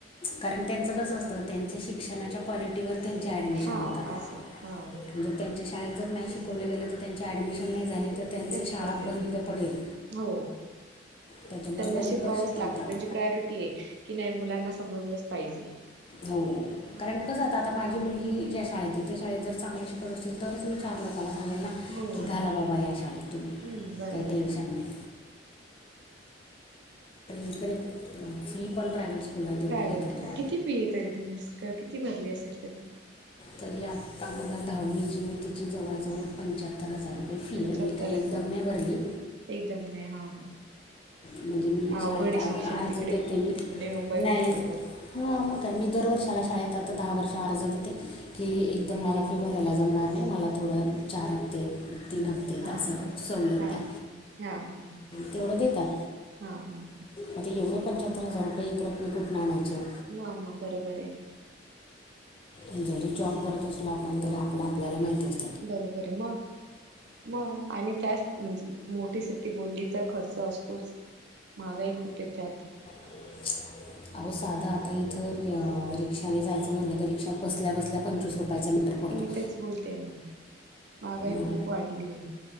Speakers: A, on the left; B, on the right.
A: कारण त्यांचं कसं असतं, त्यांच्या शिक्षणाच्या क्वालिटी क्वालिटीवर त्यांचे ॲडमिशन
B: हा
A: होतात ना.
B: असं हा
A: जर त्यांच्या शाळेत जर नाही शिकवलं गेलं, तर त्यांचे ॲडमिशन नाही झाले तर त्यांचं
B: तेच
A: शाळा
B: बोलते
A: बंद
B: ना,
A: पडेल
B: हो
A: त्याच्यामुळे
B: त्यांना
A: बरोबर
B: शिकवावंच
A: शिकवतात
B: लागतं, त्यांची प्रायोरिटी आहे की नाही, मुलांना समजलंच पाहिजे.
A: हो
B: हा.
A: कारण कसं आता आता माझी मुलगी ज्या शाळेत आहे, त्या शाळेत जर चांगलं शिकत असतील, तरच मी चार लोकांना सांगेल ना
B: हो
A: की घाला बाबा या शाळेत, तुम्ही
B: हम्म बरोबर
A: काही टेन्शन
B: आहे ना.
A: नाही. इकडे फी पण प्रायव्हेट. स्कूलला तेवढी
B: प्रायव्हेट
A: घेतात
B: हाय,
A: हो.
B: किती फी आहे तरी तुम्ही किती भरली असेल तरी?
A: तरी आत्ता बघा दहावीची मी तिची जवळजवळ पंच्याहत्तर हजार रुपये फी
B: पंच्याहत्तर
A: आहे मी काही
B: हजार.
A: एकदम नाही भरली.
B: एकदम नाही हा हा
A: म्हणजे मी
B: अवघड
A: शाळेत
B: आहे
A: आर,
B: शिक्षण
A: अर्ज
B: तिकडे
A: देतोय
B: खूप
A: मी.
B: पुणे मुंबई
A: नाही
B: म्हंटलं तर.
A: हा मग काय मी दर वर्षाला
B: तेच
A: शाळेत
B: ना
A: आता दहा वर्ष अर्ज देते. की एकदम मला फि भरायला जमणार नाही, मला थोडं चार हप्ते तीन हप्तेेत
B: हा
A: असं
B: हा
A: सवलत
B: हा
A: द्या,
B: हा हा हा हा.
A: तेवढं देतात.
B: हा, हा, हा.
A: मग एवढे पंच्याहत्तर हजार रुपये एक रकमी कुठन आणायचे.
B: म, म बरोबर हेय.
A: हे जरी जॉब करत असला, आपण तरी आपल आपल्याला माहिती असत.
B: बरोबर मग. मग आणि काय म्हणजे मोठी सिटी बोलली तर खर्च असतोच. माहागाही खूप आहे त्यात.
A: <inaudible> अहो साधं आता इथं रिक्षाने जायचं म्हटलं तर रिक्षात बसल्या, बसल्या पंचवीस रुपयाचं मीटर. पडतो
B: मी तेच बोलते ना, महागाई
A: मग
B: खूप वाढलीय.